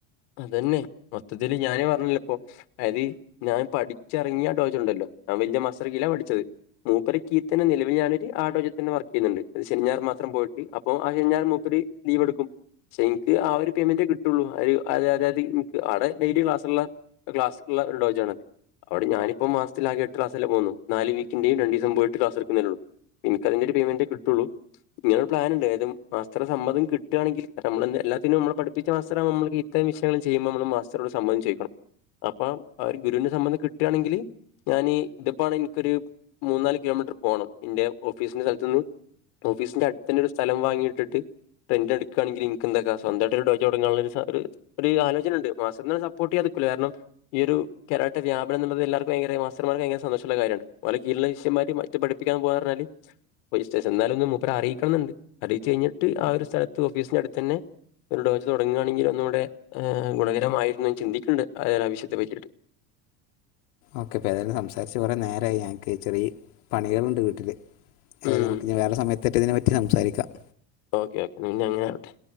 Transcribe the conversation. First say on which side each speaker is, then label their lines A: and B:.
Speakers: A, on the left; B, on the left.
A: അതന്നെ മൊത്തത്തില് ഞാന് പറഞ്ഞില്ലെ പ്പൊ- ആയത് ഞാൻ പഠിച്ചിറങ്ങിയ ഡോജോണ്ടല്ലോ ഞാൻ വല്ല്യ മസാർക്കിലാ പഠിച്ചത്- മൂപ്പരെ കീ തന്നെ നിലവിൽ ഞാനൊരു ആ ഡോജോ തന്നെ വർക്ക് ചെയ്യുന്നുണ്ട് അത് ശെനി ഞായറും മാത്രം പോയിട്ട് അപ്പം ആ ശനിഞ്ഞായറും മൂപ്പര്- ലീവേടുക്കും പക്ഷെ ഇന്ക്ക് ആ ഒരു പേയ്മെൻ്റെ കിട്ടോള്ളൂ അയ് അതെ അതായത്ക്ക് അവിടെ ഡെയിലി ക്ലാസ്സുള്ള ക്ലാസ്ള്ള ഒരു ഡോജ ആണ്- അവിടെ ഞാനിപ്പോ മാസത്തിലാകെ എട്ട് ക്ലാസ്സലേ പോന്നു നാല് വീക്കിന്റെയും രണ്ടീസം പോയിട്ട് ക്ലാസ് എടുകുന്നേള്ളൂ എനിക്ക് അതിന്റെ ഒരു പേയ്മെൻ്റ് കിട്ടുള്ളൂ- ഇങ്ങനെയൊരു പ്ലാനൻണ്ട് അതായത് മാസ്റ്റർ സമ്മതം കിട്ടാണെങ്കിൽ നമ്മള എല്ലാതിന്നും നമ്മള പഠിപ്പിച്ച മാസ്റ്ററാക്കുമ്പോൾ- ഇത്രം വിഷയങ്ങൾ ചെയ്യുമ്പോൾ നമ്മള് മാസ്റ്ററോട് സമ്മതം ചോദിക്കണം അപ്പൊ ഗുരുവിന്റെ സമ്മതം കിട്ടുകയാണെങ്കിൽ- ഞാനി ഇതിപാണ് എനിക്കൊരു മൂനാല് കിലോമീറ്റർ പോകണം എന്റെ ഓഫീസിന്റെ സ്ഥലത്തുന്ന്- ഓഫീസിന്റെ അടുത്തന്ന ഒരു സ്ഥലം വാങ്ങിട്ടിട്ട്- എൻ്റെ എടുക്കുകയാണെകില് എനക്ക് എന്തക്കാ സ്വമായിട്ട ഒരു ഡോജൊ തുടങ്ങാന ഒരു- ഒരു ആലോചന ഉണ്ട് മാഷെന്നെ സപ്പോർട്ട് ചെയ്യാതെ നിൽക്കൂല കാരണം- ഈ ഒരു കരാട്ടെ വ്യപനുള്ളത് എല്ലാവർക്ക ഭയങ്കര മാസ്റ്റർ മാർക്ക് ഭയങ്കര സന്തോഷമുള്ള കാര്യമാണ്- ഓല കീഴുള്ള ശിഷ്യന്മാര് മറ്റ് പഠിപ്പിക്കാൻ പോവാ പറഞ്ഞാല്- രജിസ്ട്രേഷൻ എന്തായാലും ഒന്ന് അറിയിക്കണം എന്നുംഅറിയിച് കയ്യിനിട്ട് ആ ഒരു സ്ഥലത്ത് ഓഫീസിന്റെ അടുത്ത് തന്നെ- ഒരു ഡോച്ച തുടങ്ങുകയാണെകില് ഒന്നൂടെ ഗുണകരമായിരുന്ന് ചിന്തിക്കുന്നുണ്ട് അങ്ങനൊരു ആവശ്യത്തെ പറ്റിയിട്ട്-
B: ഓക്കെ ഏതായാലും സംസാരിച്ച് കൊറെ നേരായി ഞങ്ങൾക്ക് ചെറിയ പണികളുണ്ട് വീട്ടില്- ഏതായാലും
A: ഉം
B: നമുക്ക് വേറെ സമയത്താറ്റം ഇതിനെ പറ്റി സംസാരിക്കാം-
A: ഓക്കെ ഓക്കെ ഇനി അങ്ങനെ ആകട്ടെ-